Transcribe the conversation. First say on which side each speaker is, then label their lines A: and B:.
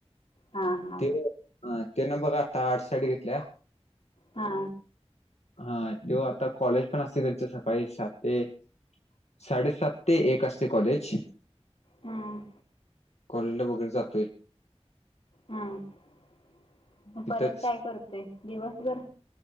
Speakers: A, on the left (about 55°); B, on the left (about 75°).
A: हा हा
B: ते तेन बघा आर्ट साईड घेतलाय
A: हा
B: हा त्यो आता कॉलेज पण असतय त्यांच सकाळी सात ते साडे-सात ते एक असतय कॉलेज
A: हम
B: कॉलेजला वगैरे जातोय
A: हा
B: तिथंच
A: परत काय करतोय दिवसभर